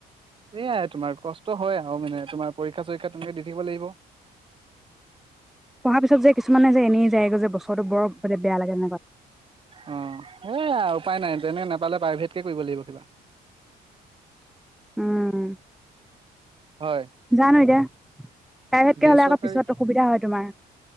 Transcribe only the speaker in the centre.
পঢ়াৰ পিছত যে কিছুমানে যে এনেই যায়গৈ যে বছৰটো বৰ বেয়া লাগে এনেকুৱা
উম।
জানো এতিয়া প্ৰাইভেটকে
হ'লে আক পিছত অসুবিধা হয় তোমাৰ,